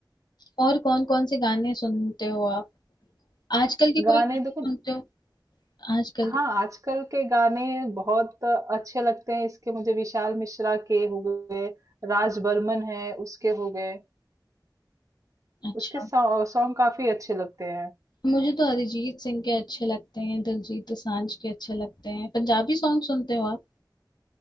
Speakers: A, on the left; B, on the right.
A: और कौन कौन से गाने सुनते हो आप आजकल के कोई
B: गाने
A: गाने
B: देखो
A: सुनते हो आजकल
B: हाँ,
A: के
B: आजकल के गाने बहुत अच्छे लगते हैं, इसके मुझे विशाल मिश्रा के हो गए, राज बर्मन है, उसके हो गए,
A: अच्छा
B: उसके सॉ सॉन्ग काफ़ी अच्छे लगते हैं।
A: मुझे तो अरिजीत सिंह के अच्छे लगते हैं दिलजीत दोसांझ के अच्छे लगते हैं पंजाबी सॉन्ग सुनते हो आप